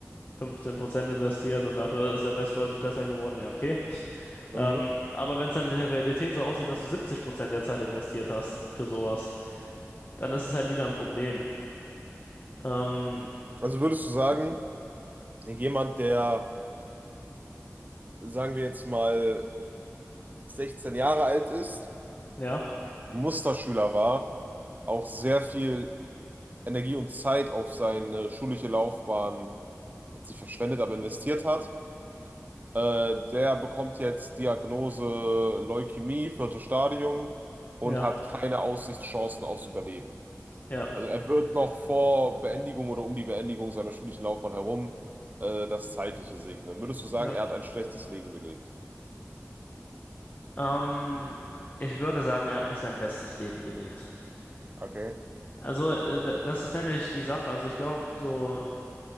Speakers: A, on the left; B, on the right.
A: 15% investiert und dafür ist der Rest deutlich besser geworden, ja, okay.
B: Mhm.
A: Ähm, aber wenn es dann in der Realität so aussieht, dass du 70% der Zeit investiert hast für sowas, dann ist es halt wieder ein Problem. Ähm,
B: Also würdest du sagen, jemand, der, sagen wir jetzt mal, 16 Jahre alt ist,
A: ja,
B: Musterschüler war, auch sehr viel Energie und Zeit auf seine schulische Laufbahn jetzt nicht verschwendet, aber investiert hat. Äh, der bekommt jetzt Diagnose Leukämie, viertes Stadium und
A: ja,
B: hat keine Aussichtschancen aufs Überleben.
A: ja,
B: Also er wird noch vor Beendigung oder um die Beendigung seiner schulischen Laufbahn herum äh, das Zeitliche segnen. Würdest du sagen,
A: ja.
B: er hat ein schlechtes Leben gelebt?
A: Ähm, ich würde sagen, er hat nicht sein bestes Leben gelebt.
B: Okay.
A: Also, äh, d- das ist nämlich die Sache. Also, ich glaube, so,